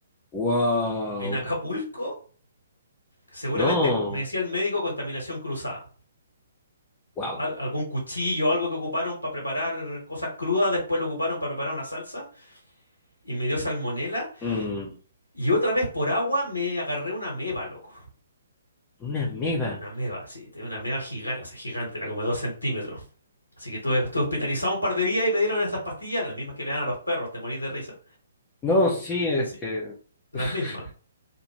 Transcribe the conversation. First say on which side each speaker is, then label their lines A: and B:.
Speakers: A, on the left; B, on the left.
A: wow.
B: en Acapulco. Seguramente
A: No,
B: me decía el médico contaminación cruzada.
A: wow.
B: Al- algún cuchillo, algo que ocuparon para preparar cosas crudas, después lo ocuparon para preparar una salsa y me dio salmonela.
A: Mm,
B: Y otra vez por agua me agarré una meba, loco.
A: una ameba.
B: Una meba, sí, tenía una meba gigante, o sea, gigante, era como de dos centímetros. Así que estuve, estuve hospitalizado un par de días y me dieron estas pastillas, las mismas que le dan a los perros, te morís de risa.
A: No, sí, es
B: Sí.
A: que
B: Las
A: <laughs>
B: mismas.